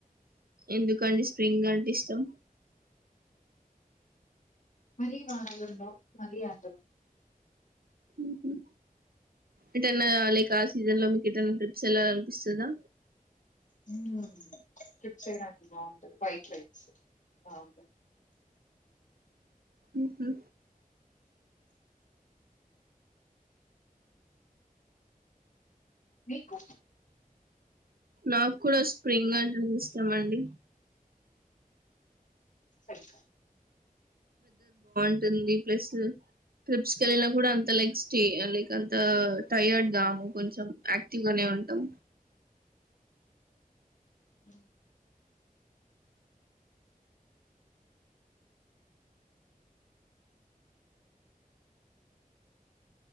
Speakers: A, on the right (about 85°); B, on the left (about 55°).
A: ఎందుకండి స్ప్రింగ్ అంటే ఇష్టం
B: మలి వానగండో మలియాగ
A: ఉ ఎదన్నా లైక్ ఆ సీజన్ లో మీకు ఎటన ట్రిప్స్ ఎల్లాలి కనిపిస్తుందా
B: హ ట్రిప్స్ చేయడానికి బాగుంది వైట్ రైట్స్ బాగు
A: ఉహు
B: మీకు
A: నాకు కూడా స్ప్రింగ్ అంటేనే ఇష్టమండి
B: ఐయ్
A: ఉంటూదీ ప్లస్ ట్రిప్స్ కీ వెళ్ళినా కూడా అంత లైక్ స్టే లైక్ అంత టైర్డ్గాము కొంచెం యాక్టివ్ గానే ఉంటాం
B: ఉ